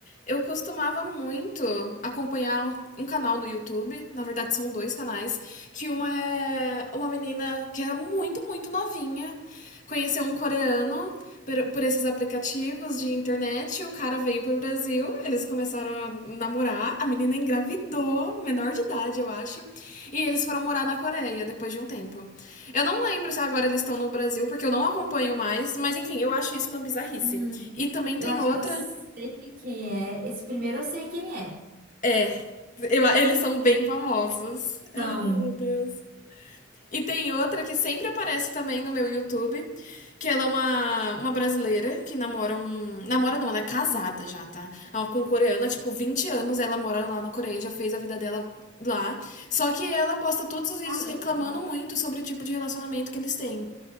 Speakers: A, on the left; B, on the right.
A: Eu costumava muito acompanhar um- um canal no YouTube, na verdade são dois canais, que uma é uma menina que era muito, muito novinha, conheceu um coreano per- por esses aplicativos de internet, o cara veio pro Brasil, eles começaram a namorar, a menina engravidou, menor de idade, eu acho, e eles foram morar na Coreia depois de um tempo. Eu não lembro se agora eles estão no Brasil, porque eu não acompanho mais, mas enfim, eu acho isso uma bizarrice.
B: Hum,
A: E também
B: eu
A: tem
B: acho
A: outra
B: que eu sei quem é. Esse primeiro eu sei quem é.
A: É, eu- eles são bem famosos.
B: Então,
A: Ai, meu Deus. E tem outra que sempre aparece também no meu YouTube, que ela é uma, uma brasileira que namora um... Namora não, ela é casada já, tá? Ela é Com um coreano, há, tipo, 20 anos, ela mora lá na Coreia, já fez a vida dela lá. Só que ela posta todos os vídeos
B: caramba.
A: reclamando muito sobre o tipo de relacionamento que eles têm.